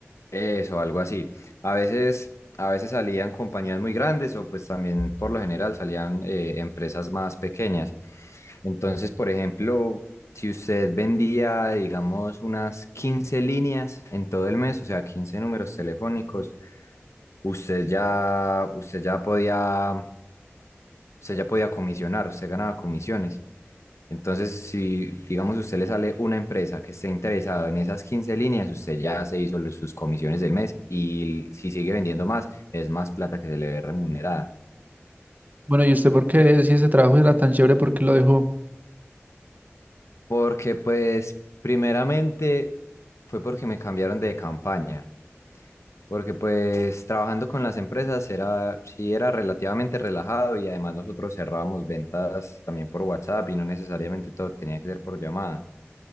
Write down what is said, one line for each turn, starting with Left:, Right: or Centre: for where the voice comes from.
Left: Eso, algo así. A veces, a veces salían compañías muy grandes o pues también por lo general salían eh, empresas más pequeñas. Entonces, por ejemplo, si usted vendía, digamos, unas 15 líneas en todo el mes, o sea, 15 números telefónicos, usted ya, usted ya podía, usted ya podía comisionar, usted ganaba comisiones. Entonces, si digamos si usted le sale una empresa que esté interesado en esas 15 líneas, usted ya se hizo los- sus comisiones del mes y si sigue vendiendo más, es más plata que se le ve remunerada.
Right: Bueno, ¿y usted por qué si ese trabajo era tan chévere, por qué lo dejó?
Left: Porque pues primeramente fue porque me cambiaron de campaña, porque pues trabajando con las empresas era, sí era relativamente relajado y además nosotros cerrábamos ventas también por WhatsApp y no necesariamente todo tenía que ser por llamada.